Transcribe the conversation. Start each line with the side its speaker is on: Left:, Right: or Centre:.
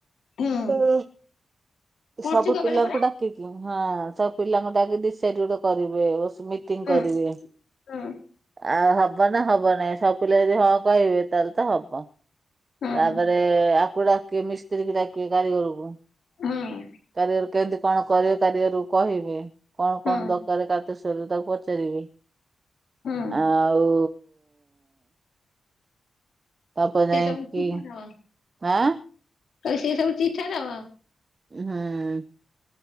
Left: ହୁଁ
Right: ଓ।
Left: ପଞ୍ଚୁକ
Right: ସବୁ
Left: ବେଳେ
Right: ପିଲାଙ୍କୁ
Left: ପରା
Right: ଡାକିକି ହଁ। ସବୁ ପିଲାଙ୍କୁ ଡାକିକି ଦିସାଇଡି ଗୋଟେ କରିବେ ଓସ୍ ମିଟିଙ୍ଗ
Left: ହୁଁ
Right: କରିବେ।
Left: ହୁଁ
Right: ଆଉ ହବ ନା ହବ ନାାଇଁ ସବୁ ପିଲା ଯଦି ହଁ କହିବେ ତାହେଲ୍ ତ ହବ।
Left: ହୁଁ
Right: ତାପରେ ଆକୁ ଡାକି ମିସ୍ତ୍ରୀ କୁ ଡାକିବେ କାରିଗରକୁ।
Left: ହୁଁ
Right: କାରିଅର କେମତି କଣ କରିବ କାରିଗର କୁ କହିବେ। କଣ କଣ
Left: ହୁଁ
Right: ଦରକାର କାର୍ତ୍ତିକେଶ୍ଵରରେ ତାକୁ ପଚାରିବେ।
Left: ହୁଁ
Right: ଆଉ ତାପରେ
Left: ସେ
Right: ଯାଇକି
Left: ସବୁ ଚିଠା ଦବ
Right: ଆଁ?
Left: ସେ ସବୁ ଚିଠା ଦବ?
Right: ହୁଁ।